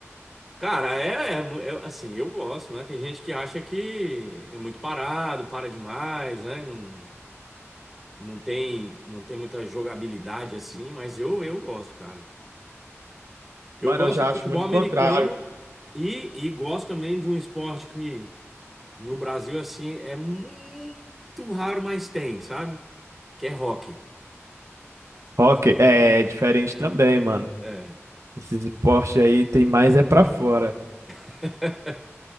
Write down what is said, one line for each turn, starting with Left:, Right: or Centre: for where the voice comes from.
Centre: cara, é, é mu- é, assim, eu gosto, né? Tem gente que acha que é muito parado, para demais, né? Não, não tem, não tem muita jogabilidade assim, mas eu, eu gosto, cara. Eu
Right: Mano,
Centre: gosto
Right: eu já
Centre: de futebol
Right: acho muito
Centre: americano
Right: contrário.
Centre: E, e gosto também de um esporte que no Brasil, assim, é muito raro, mas tem, sabe? Que é rock
Right: Ok, é, é diferente também, mano.
Centre: É.
Right: Esses esportes aí tem mais é pra fora.
Centre: <laughs>